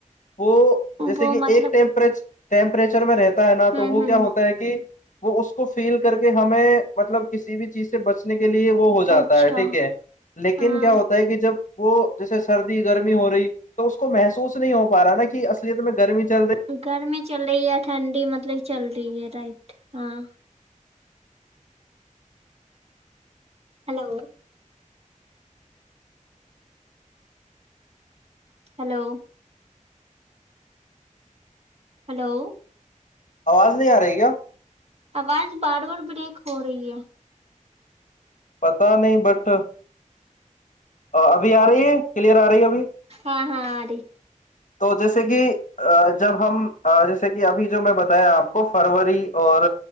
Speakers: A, on the left (about 65°); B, on the right (about 50°).
A: وہ جیسے
B: وہ
A: کہ
B: مطلب
A: ایک ٹیپ ٹیمپریچر میں رہتا ہے نا
B: ہوں
A: تو وہ
B: ہوں
A: کیا ہوتا ہے کہ وہ اس کو فیل کر کے ہمیں مطلب کسی بھی چیز سے بچنے کے لیے وہ ہو جاتا
B: اچھا
A: ہے ٹھیک ہے لیکن
B: ہاں
A: کیا ہوتا ہے کہ جب وہ جیسے سردی گرمی ہو رہی تو اس کو محسوس نہیں ہو پا رہا نا کہ اصلیت میں گرمی چل رہی
B: گرمی چل رہی ہے ٹھنڈی مطلب چل رہی ہے رائٹ ہاں ہلو ہلو ہلو
A: آواز نہیں آ رہی کیا
B: آواز بار بار بریک ہو رہی ہے
A: پتہ نہیں بٹ ابھی آ رہی ہے کلیئر آ رہی ہے ابھی
B: ہاں ہاں آ رہی
A: تو جیسے کہ جب ہم جیسے کہ ابھی جو میں بتایا آپ کو فروری اور